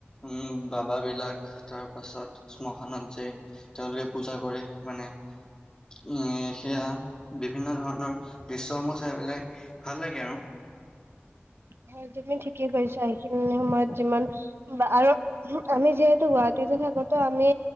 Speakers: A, on the left; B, on the right.
A: উম বাবা বিলাক তাৰ তাৰ পাছত শ্মশানত যাই তেওঁলোকে পূজা কৰে মানে উম সেয়া বিভিন্ন ধৰণৰ দৃশ্যসমূহ চাই পেলাই ভাল লাগে আৰু
B: হয় তুমি ঠিকেই কৈছা সেইখিনি সময়ত যিমান আৰু আমি যিহেতু গুৱাহাটীতে থাকোতো আমি